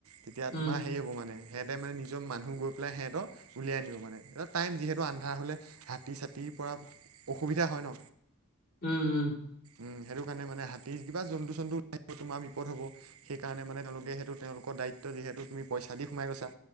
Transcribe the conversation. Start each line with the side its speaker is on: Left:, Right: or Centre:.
Right: তেতিয়া
Left: উম
Right: তোমাৰ হেৰি হ'ব মানে। সিহঁতে মানে নিৰ মানুহ গৈ পেলাই সিহঁতক উলিয়াই আনিব মানে এটা টাইম যিহেতু আন্ধাৰ হ'লে হাতী চাতীৰ পৰা অসুবিধা হয় ন।
Left: উম, উম।
Right: উম, সেইটো কাৰণে মানে হাতীৰ কিবা জন্তু জন্তুিব তোমাৰ বিপদ হ'ব। সেইকাৰণে মানে তেওঁলোকে সেইটো তেওঁলোকৰ দায়িত্ব যিহেতু তুমি পইচা দি সোমাই গৈছা